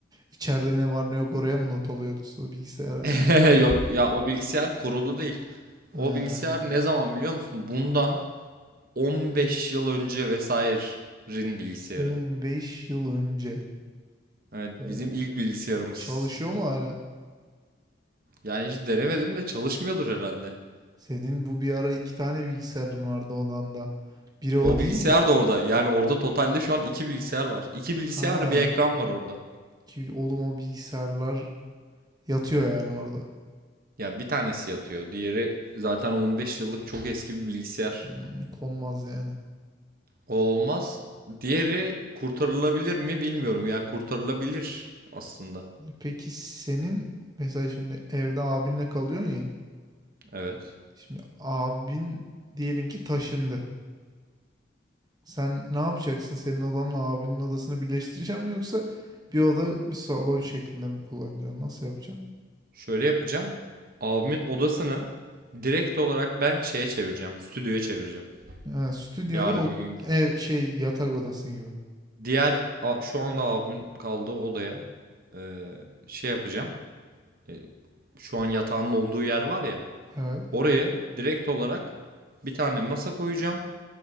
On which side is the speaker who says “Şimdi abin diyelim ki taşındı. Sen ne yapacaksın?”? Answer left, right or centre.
Right